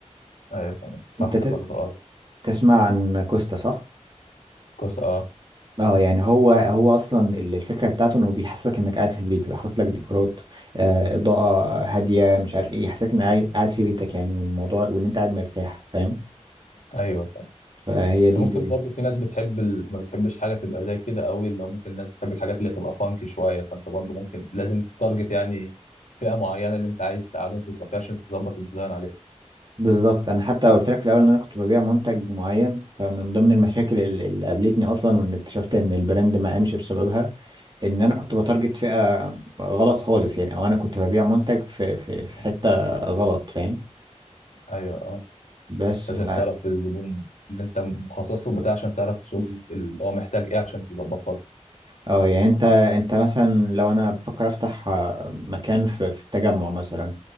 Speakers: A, on the left; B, on the right.
A: ايوه تمام صح
B: انت ت-
A: برضه اه
B: تسمع عن كوستا صح
A: كويس اه
B: اه يعني هو هو اصلا ال- الفكره بتاعته انه بيحسسك انك قاعد في البيت بيحط لك ديكورات آه، اضاءه هاديه مش عارف ايه يحسسك انك قاعد قاعد في بيتك يعني والموضوع وان انت قاعد مرتاح فاهم
A: ايوه تمام
B: فهي
A: بس
B: دي
A: ممكن برضه في ناس بتحب ال... ما بتحبش حاجة تبقى زي كده قوي اللي هو ممكن الناس بتحب الحاجات اللي تبقى فانكي شوية فانت برضه ممكن لازم تتارجت يعني فئة معينة اللي انت عايز تقعدهم في الكافيه عشان تظبط الديزاين عليهم
B: بالظبط انا حتى قلت لك في الاول ان انا كنت ببيع منتج معين فمن ضمن المشاكل ال- اللي قابلتني اصلا وان اكتشفت ان البراند ما قامش بسببها ان انا كنت بتارجت فئه غلط خالص يعني او انا كنت ببيع منتج في في في
A: آه،
B: حته غلط فاهم
A: ايوه آه.
B: بس
A: لازم
B: ف
A: تعرف الزبون اللي انت مخصص له بتاع عشان تعرف تشوف
B: مم.
A: ال- هو محتاج ايه عشان تظبطها له
B: اه يعني انت انت مثلا لو انا بفكر افتح آه، مكان في في التجمع مثلا